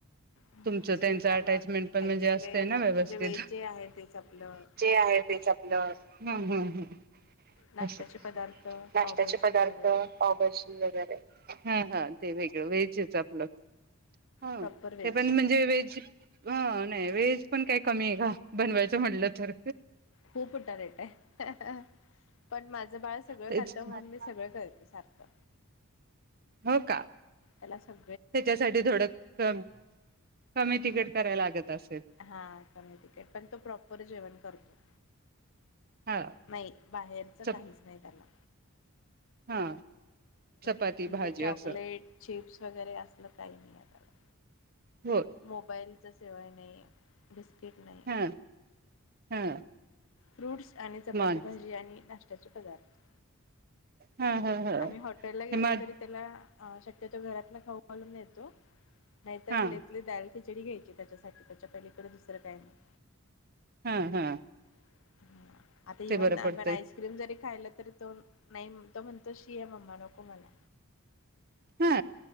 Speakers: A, on the left (about 60°); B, on the right (about 45°).
A: असं
B: तुमच त्यांच
A: त्यामुळे
B: अटचमेंट
A: आमचं
B: पण
A: खायचं
B: म्हणजे असत
A: ते
B: ना व्यवस्थिते
A: म्हणजे व्हेज जे आहे तेच आपलं
B: आहे तेलं हम
A: नाश्त्याचे पदार्थ
B: नाष्ट्याचे
A: पावभाजी
B: पदार्थ
A: वगैरे
B: पाव भाजी वगैरे हा हा ते वेगळं वेजेच आपलं हा
A: प्रॉपर व्हेज
B: ते पण म्हणजे व्हेज नाही व्हेज पण काय कमी आहे का बनवायची म्हणलं तर
A: खूप उठारेट आहे पण माझं बाळ सगळं
B: तेच
A: खात
B: की
A: म्हणून मी सगळं करते सारखं
B: हो का
A: त्याला सग
B: त्याच्यासाठी थोडं क कमी तिकट कराय लागत अस
A: हा कमी तिकट पण तो प्रॉपर जेवण करतो
B: हा
A: नाही बाहेरचं
B: चप
A: काहीच नाही त्याला
B: हा चपाती
A: <inaudible> म्हणजे
B: भाजी
A: चॉकलेट
B: असं
A: चिप्स वगैरे असलं काही नाही आ त्याला.
B: हो
A: मोबाईल त्याशिवाय नाही बिस्कीट एक नाही
B: हा हा
A: फ्रूट्स आणि चपाती
B: मग
A: भाजी आणि नाष्टा त्याचे पदार्थ
B: हा हा हा
A: आम्ही हॉटेल ला गेलो
B: मग
A: तरी त्याला अ शक्यतो घरात ना खाऊ बनवून नेतो नाही तर
B: हा
A: लेेतली दा खिचडी घ्यायची त्याच्यासाठी त्याच्या पलीकडे दुसरं काही नाही
B: हा हा
A: <inaudible> आता इवन
B: ते बरं
A: आपण
B: पडतंय
A: आइस्क्रीम जरी खायला तरी तो नाही म्ह तो म्हणतो शि आहे मम्मा नको मला
B: हा